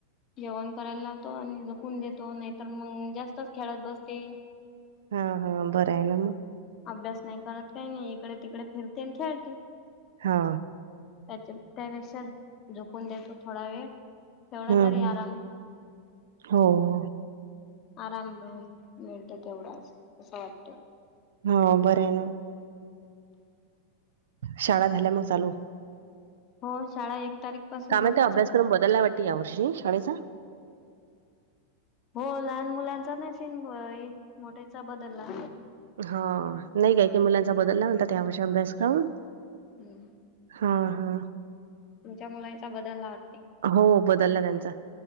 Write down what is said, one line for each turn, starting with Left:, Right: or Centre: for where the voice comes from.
Left: जेवण करायला लागतो आणि झोपून देतो नाहीतर मग जास्तच खेळात बसती.
Right: हा हा बरं आहे ना मग.
Left: अभ्यास नाही करत काही नाही इकडे तिकडे फिरते आणि खेळते.
Right: हा.
Left: त्याच्या त्या पेक्षा झोपुन देतो थोडा वेळ. तेवढा
Right: हम्म
Left: तरी
Right: हम्म.
Left: आराम.
Right: हो हो
Left: आराम मिळतो तेवढाच असं वाटतं.
Right: हा बरं आहे ना. शाळा झाल्या मग चालू.
Left: हो शाळा एक तारीख. पासून
Right: काय
Left: झाल्या
Right: माहिती अभ्यासक्रम
Left: तर
Right: बदलला वाटते या वर्षी शाळेचा.
Left: हो लहान मुलांचा नाही शिंग मोठेचा बदलला.
Right: हो नाही काय की मुलांचा बदलला म्हणतात त्या वर्षी अभ्यासक्रम.
Left: हम्म.
Right: हा हा.
Left: तुमच्या मुलांचा बदलला वाटते.
Right: हो बदलला त्यांचा